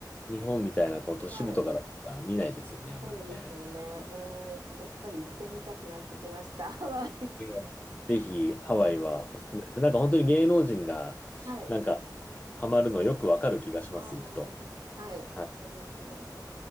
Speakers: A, on the left; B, on the right.
A: 日本みたいなこう都市部とかだったら見ないですよね、
B: はい。
A: あんまりね。
B: そうですよね。えーやっぱり行ってみたくなってきました、<laughs> ハワイ。
A: ええぜひ、ハワイはおすすめです。
B: はい。
A: なんか本当に芸能人が、
B: はい。
A: なんか、ハマるのよくわかる気がします、
B: ああ、
A: 行くと。
B: はい。
A: はい
B: そうですね。